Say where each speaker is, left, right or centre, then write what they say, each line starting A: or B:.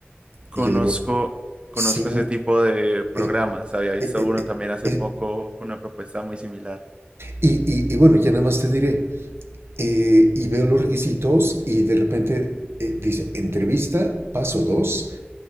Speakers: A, on the right; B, on the right.
A: Conozco,
B: Y yo digo,
A: conozco
B: sí.
A: ese tipo de programas.
B: eh,
A: Había visto
B: eh, eh,
A: uno
B: eh,
A: también hace
B: eh,
A: poco con una propuesta muy similar.
B: y, y- y bueno, ya nada más te diré, eh, y veo los requisitos y de repente eh, dice, entrevista, paso 2